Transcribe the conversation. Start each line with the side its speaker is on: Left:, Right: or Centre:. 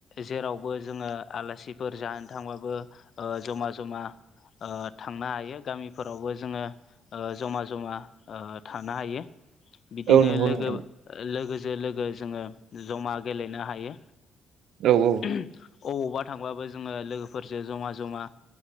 Left: जेरावबो जोंङो आलासिफोर जानो थांबाबो जमा जमा ओ थांनो हायो गामिफोरावबो जोंङो जमा जमा थानो हायो। बिदिनो
Right: औ नंगौ
Left: लोगो
Right: नोंथां
Left: लोगोजों लोगो जोंङो जमा गेलेनो हायो
Right: औ औ
Left: बबावबा थांब्लाबो जोंङों लोगोफोरजों जमा जमा